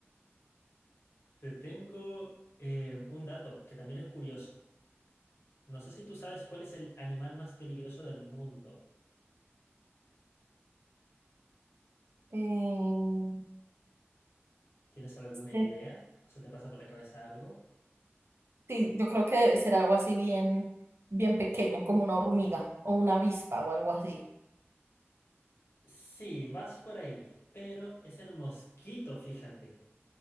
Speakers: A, on the left (about 65°); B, on the right (about 65°).
A: Te tengo eh, un dato que también es curioso. No sé si tú sabes cuál es el animal más peligroso del mundo.
B: Eh,
A: ¿Tienes alguna
B: ser-
A: idea? ¿O se te pasa por la cabeza algo?
B: sí, yo creo que debe ser algo así bien, bien pequeño, como una hormiga o una avispa o algo así.
A: Sí, vas por ahí, pero es el mosquito, fíjate.